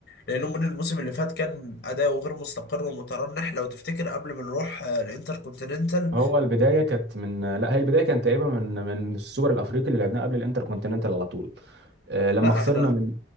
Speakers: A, on the left (about 60°); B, on the right (about 60°).
A: لأنه من الموسم اللي فات كان أداؤه غير مستقر ومترنح لو تفتكر قبل ما نروح آه، الانتر كونتيننتال
B: هو البدايه كانت من لا هي البدايه كانت تقريبا من من السوبر الافريقي اللي لعبناه قبل الانتر كونتيننتال على طول آه لما
A: لا
B: خسرنا
A: احنا
B: من